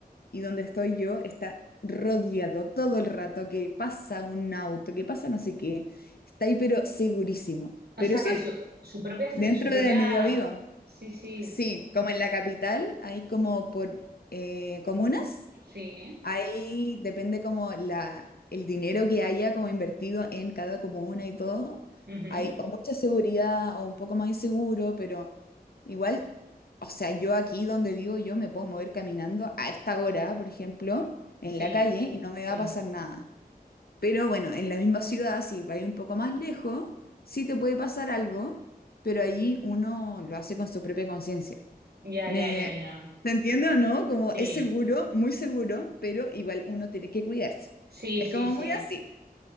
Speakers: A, on the left; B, on the right.
A: y donde estoy yo está rodeado todo el rato, que pasa un auto, que pasa no sé qué. Está ahí, pero segurísimo.
B: o
A: Pero
B: sea
A: eso
B: que
A: es
B: su, su propia,
A: dentro
B: su propia,
A: de donde yo vivo.
B: sí, sí,
A: Sí, como en la capital, hay como por eh, comunas,
B: sí,
A: ahí depende como la, el dinero que haya como invertido en cada comuna y todo.
B: ujú,
A: Hay o mucha seguridad o un poco más inseguro, pero igual o sea, yo aquí donde vivo, yo me puedo mover caminando a esta hora, por ejemplo, en
B: sí,
A: la calle y no me
B: sí,
A: va a pasar nada. Pero bueno, en la misma ciudad, si vais un poco más lejos, sí te puede pasar algo, pero ahí uno lo hace con su propia conciencia.
B: ya,
A: ¿Me
B: ya, ya, ya,
A: se entiende o no? Como
B: sí.
A: es seguro, muy seguro, pero igual uno tiene que cuidarse.
B: Sí,
A: Es
B: sí,
A: como
B: sí.
A: muy así,